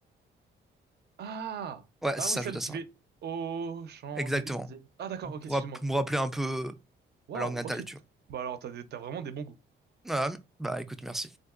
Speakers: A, on the right (about 55°); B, in the centre.
A: Ah!
B: Ouais, c'est
A: Ah
B: ça,
A: oui, celle
B: Jeu Dassin.
A: qui fait
B: ouais.
A: aux Champs-Élysées.
B: Exactement.
A: Ah d'accord, ok,
B: Pour
A: excuse-moi.
B: rapp- me rappeler un peu euh,
A: Waouh,
B: ma langue natale,
A: ok.
B: tu vois.
A: Bah alors, t'as des- t'as vraiment des bons goûts.
B: Voilà. bah, écoute, merci.